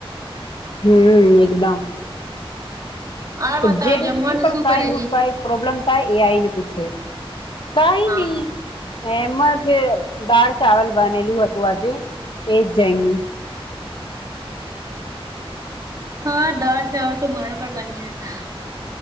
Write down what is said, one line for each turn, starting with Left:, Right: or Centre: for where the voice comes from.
Left: હમ એકદમ
Right: આ
Left: તો
Right: બતાવ
Left: જે
Right: જમવાનું
Left: નહી પણ
Right: શું
Left: કઈ
Right: કરેલી
Left: નું કઈ પ્રોબ્લેમ થ એ આય ને પૂછે કઈ
Right: હા
Left: નહી એમાં જે દાળ ચાવલ બનેલું હતું આજે એ જમી
Right: હા દાલ ચાવર તો મારા પર બન્યા હતા